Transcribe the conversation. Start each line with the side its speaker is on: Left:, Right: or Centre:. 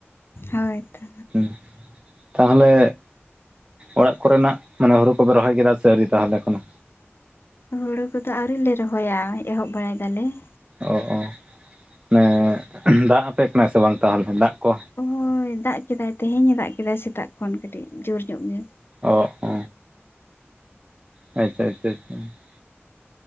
Left: ᱦᱳᱭ ᱛᱚ
Right: <unintelligible> ᱛᱟᱦᱚᱞᱮ ᱚᱲᱟᱜ ᱠᱚᱨᱮᱱᱟᱜ ᱢᱟᱱᱮ ᱦᱩᱲᱩ ᱠᱚᱯᱮ ᱨᱚᱦᱚᱭ ᱠᱮᱫᱟ ᱥᱮ ᱟᱹᱣᱨᱤ ᱛᱟᱦᱚᱞᱮ ᱮᱠᱷᱚᱱᱚ?
Left: ᱦᱩᱲᱩ ᱠᱚᱫᱚ ᱟᱹᱣᱨᱤᱞᱮ ᱨᱚᱦᱚᱭᱟ ᱮᱦᱚᱵ ᱵᱟᱲᱟᱭ ᱫᱟᱞᱮ ᱾
Right: ᱚ, ᱚ ᱢᱟᱱᱮ ᱫᱟᱜ ᱟᱯᱮ ᱠᱟᱱᱟᱭ ᱥᱮ ᱵᱟᱝ ᱛᱟᱦᱚᱞᱮ ᱫᱟᱜ ᱠᱚ?
Left: ᱦᱚᱭ ᱫᱟᱜ ᱠᱮᱫᱟᱭ ᱛᱮᱦᱮᱧ ᱮ ᱫᱟᱜ ᱠᱮᱫᱟᱭ ᱥᱮᱛᱟᱜ ᱠᱷᱚᱱ ᱠᱟᱹᱴᱤᱡ ᱡᱳᱨ ᱧᱚᱜ ᱜᱮ ᱾
Right: ᱚᱜᱼᱚ ᱾ ᱟᱪᱪᱷᱟ, ᱪᱷᱟ, ᱪᱷᱟ ᱾